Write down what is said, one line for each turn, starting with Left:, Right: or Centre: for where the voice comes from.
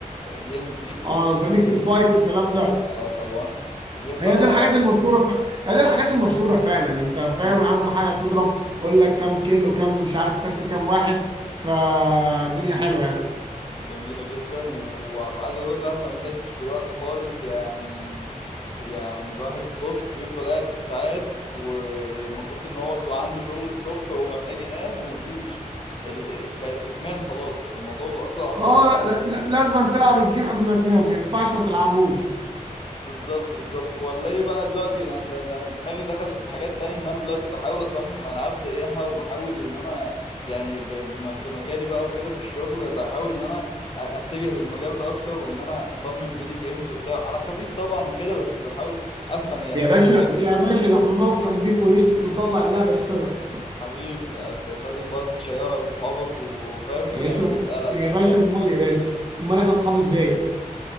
Left: جيمز دي
Right: اه انت
Left: وال-
Right: ليك في الفايت والكلام ده
Left: اه طبعا وغير بقى
Right: هي دي الحاجات المشهوره ف... هي دي الحاجات المشهوره فعلا انت فاهم
Left: اكيد
Right: اهم
Left: آه،
Right: حاجه تضرب يقول لك كام كيلو كام مش عارف قتلت كام واحد فالدنيا حلوه يعني
Left: جميلة جدا وعايز اقول لك الواحد ما بيحسش بالوقت خالص يعني يعني الواحد بص بيفضل قاعد بالساعات والمفروض ان هو بيبقى عنده شغل الصبح ومحتاج ينام ومفيش ال... بقت ادمان خلاص يعني الموضوع بقى صعب
Right: اه لا لا لا- لازم تلعب الجيم قبل ما تنام ما ينفعش ما تلعبوش
Left: بالظبط بالظبط والله بقى دلوقتي انا ده, ده انا دماغي دخلت في حاجات تانية ان انا دلوقتي بحاول اصمم العاب زيها وبحاول ان انا يعني ب- بما في مجالي بقى وكده في الشغل بحاول ان انا أ- اتجه للمجال ده اكتر وان انا اصمم فيديو جيمز وبتاع على خفيف طبعا وكده بس بحاول افهم هي الحاجات
Right: يا باشا
Left: دي بتتعمل
Right: يا
Left: ازاي
Right: باشا ده احنا نقف جنبيك ونشت ونطلع اللعبه السبب
Left: حبيبي هت- لازم برضه تشيرها لاصحابك وفاهم
Right: يا
Left: ونعمل
Right: باشا
Left: قلق
Right: يا
Left: كده
Right: باشا
Left: <laughs>
Right: امال يا باشا امال احنا اصحاب ازاي